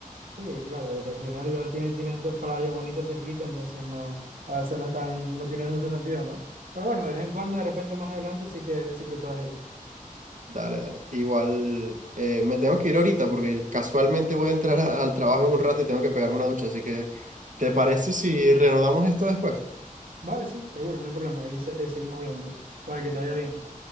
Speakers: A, on the right; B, on the right.
A: sí, claro, porque al final ya tiene, tienes estas playas bonitas cerquita, entonces no, a veces no están, no tienen mucho sentido, ¿no? Pero bueno, de vez en cuando, de repente más adelante sí que, sí que puedas ir.
B: Dale, dale. Igual eh, me tengo que ir ahorita porque casualmente voy a entrar a- al trabajo en un rato y tengo que pegarme una ducha, así que ¿te parece si reanudamos esto después?
A: Vale, sí, seguro, no hay problema, ahí se- eh, seguimos hablando. Vale, que te vaya bien.